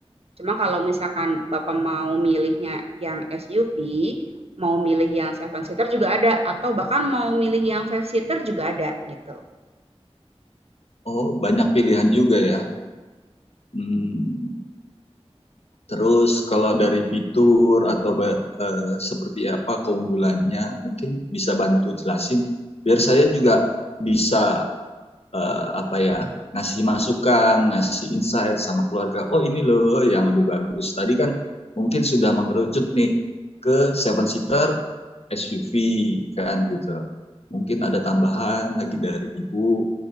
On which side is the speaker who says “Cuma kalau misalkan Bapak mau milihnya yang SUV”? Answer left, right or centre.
Right